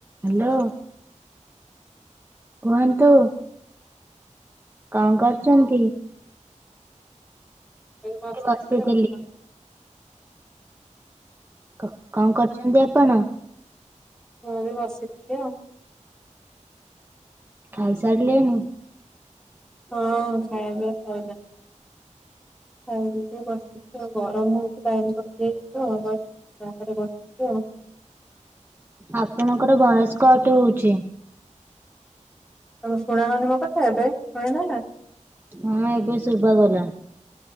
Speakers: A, on the right; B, in the centre.
A: Hello
B: hello.
A: କୁହନ୍ତୁ? କଣ କରୁଚନ୍ତି?
B: ଏଇ
A: ଟିକେ ବସିଥିଲି।
B: ଆଉ
A: କ କଣ କରୁଛନ୍ତି ଆପଣ?
B: ମୁଁ ବି ବସିଥିଲି ଆଉ।
A: ଖାଇସାରିଲେଣିି?
B: ହଁ ଖାଇବା ପିଇବା ସଇଲା। ଖାଇ ଦେଇକି ବସିଛି ତ ଆଉ ଗରମ ହଉଛି ଲାଇନ୍ କଟିଯାଇଚି ତ ଘରେ ବାହାରେ ବସିଛି ଆଉ।
A: ଆପଣଙ୍କର ଭଏସ୍ କଟ୍ ହଉଛି।
B: ତମୁକୁ ଶୁଣା ଯାଉନି ମୋ କଥା ଏବେ ଶୁଣିଲ ଏଇନା?
A: ହଁ ଏବେ ଶୁବାଗଲା।